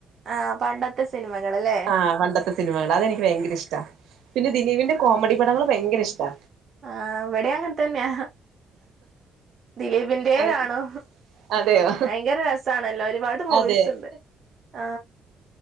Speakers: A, on the right; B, on the right.
A: ആ പണ്ടത്തെ സിനിമകൾ അല്ലേ
B: ആ പണ്ടത്തെ സിനിമകൾ അതെനിക്ക് ഭയങ്കര ഇഷ്ട പിന്നെ ദിലീപിന്റെ കോമഡി പടങ്ങള് ഭയങ്കര ഇഷ്ടാ
A: ആ എവിടെ അങ്ങനെ തന്നെയാ ദിലീപിന്റെ
B: അത്
A: കാണോ
B: അതെയോ
A: ഭയങ്കര രസാണല്ലോ ഒരുപാട് മൂവീസ്
B: അതെ
A: ഉണ്ട് ആ